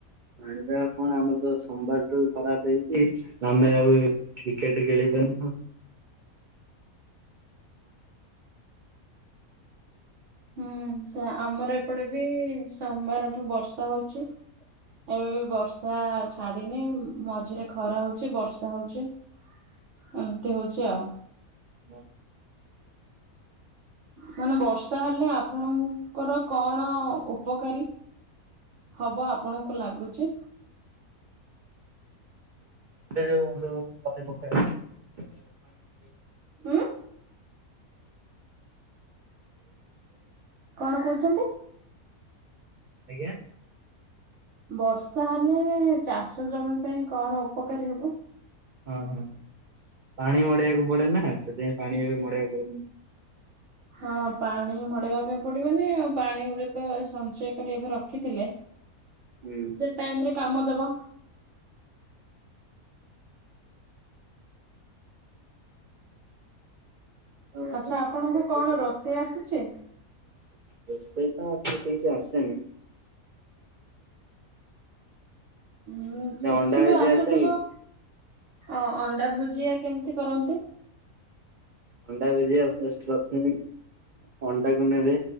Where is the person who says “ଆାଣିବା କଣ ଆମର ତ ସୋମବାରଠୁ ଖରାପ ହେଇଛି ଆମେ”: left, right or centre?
Right